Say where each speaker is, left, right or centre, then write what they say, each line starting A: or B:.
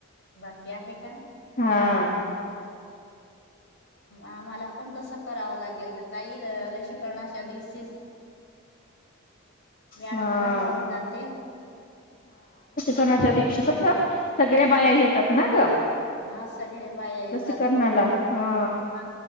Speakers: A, on the left (about 60°); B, on the left (about 45°).
A: बाकी आहे का?
B: हा
A: आम्हाला पण तसं करावं लागेलता येईल लशीीकरणाच्या दिवशीच मॅडम
B: हा
A: पण येऊन जाते
B: दनाच्या दिवशी कस सगळ्या बाया येतात ना ग
A: हा सगळे बाया येतात
B: लसीकरणाला
A: कोण
B: हा
A: ह